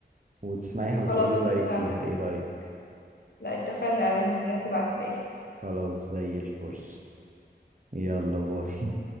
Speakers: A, on the right; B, on the left.
A: وتسمعيها
B: خلاص
A: وتقولي رأيك
B: اتفقنا
A: فيها ايه رأيك
B: لا اتفقنا قوي هستناك تبعتها لي
A: خلاص زي الفل يلا باي